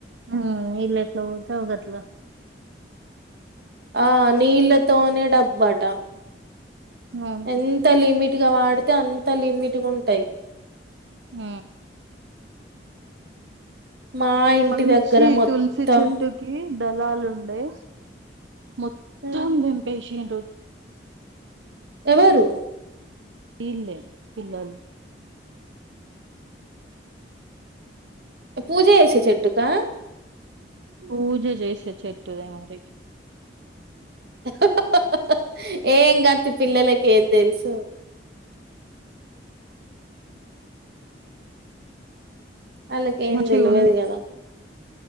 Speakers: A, on the right (about 80°); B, on the right (about 55°).
A: మ్ ఈళ్లు ఎట్ల పోతే గట్ల
B: ఆ నీళ్ళతోనే డబ్బుట.
A: అవును
B: ఎంత లిమిట్గా వాడితే అంత లిమిట్గా ఉంటాయి.
A: మ్
B: మా ఇంటి
A: మంచి
B: దగ్గర మొత్తం
A: తుల్సి చెట్టుకి దళాలు ఉండ అే మొత్తం
B: ఉమ్,
A: నింపేసిండు.
B: ఎవరు
A: ఈల్లే పిల్లలు.
B: పూజా చేసే చెట్టుకా?
A: పూజ చేసే చెట్టుదే మరి.
B: హ హహ్ హ హహ్ ఏం గాద్ పిల్లలకి ఏం తెలుసు. వాళ్ళకి ఏం
A: మంచిగా
B: తెలవదు
A: ఉండే
B: కదా,